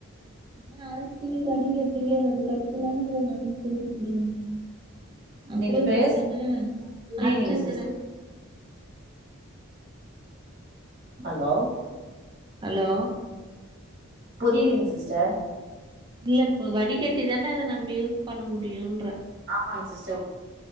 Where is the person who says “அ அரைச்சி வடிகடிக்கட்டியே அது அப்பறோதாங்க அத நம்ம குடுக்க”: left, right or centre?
Right